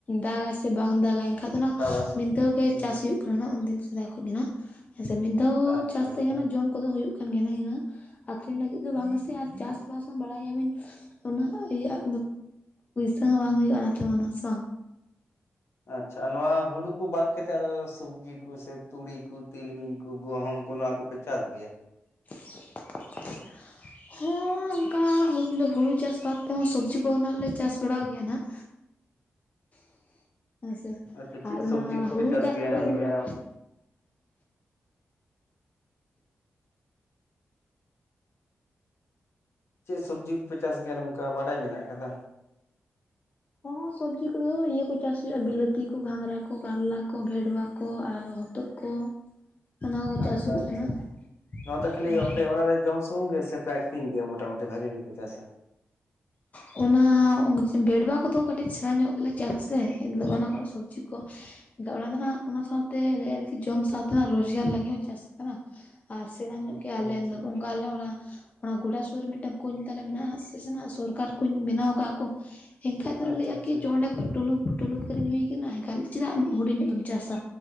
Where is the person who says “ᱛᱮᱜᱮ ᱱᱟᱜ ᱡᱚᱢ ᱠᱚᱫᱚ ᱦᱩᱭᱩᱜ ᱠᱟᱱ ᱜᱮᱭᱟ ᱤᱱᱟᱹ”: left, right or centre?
Left